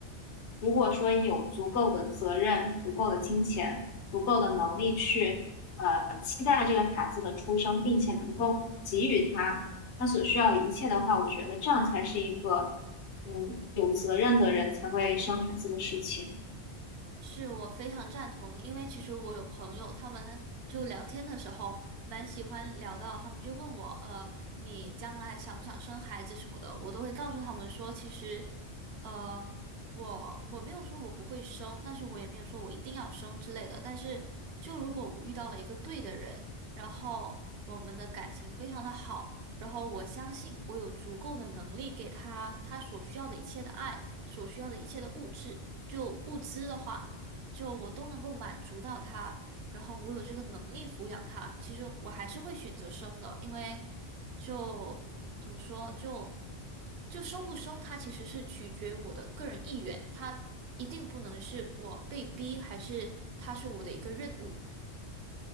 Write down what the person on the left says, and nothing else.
如果说有足够的责任、足够的金钱、足够的能力去呃期待这个孩子的出生，并且能够给予他他所需要的一切的话，我觉得这样才是一个嗯有责任的人才会生孩子的事情。